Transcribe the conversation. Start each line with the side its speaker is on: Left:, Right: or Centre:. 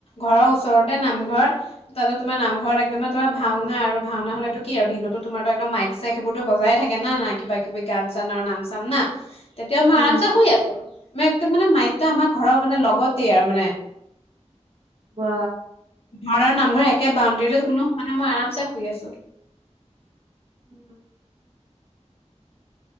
Left: ঘৰৰ ওচৰতে নামঘৰ তাতে তোমাৰ নামঘৰ একদম তোমাৰ ভাওনা আৰু ভাওনা হ'লেত কি আৰু দিনতো তোমাৰো একদম মাইক চাইক এইবোৰত বজাই থাকে না না কিবা কিবি গান চান আৰু নাম চাম না তেতিয়াও মই
Right: উম
Left: আৰাম চে শুই আছো। মে একদম মানে মাইকটো আমাৰ ঘৰৰ মানে লগতেই আৰু মানে
Right: বা
Left: ঘৰ আৰু নামঘৰ একে বাউণ্ডৰীতে কোনো শুৱা নাই মই আৰামচে শুই আছো।
Right: উম।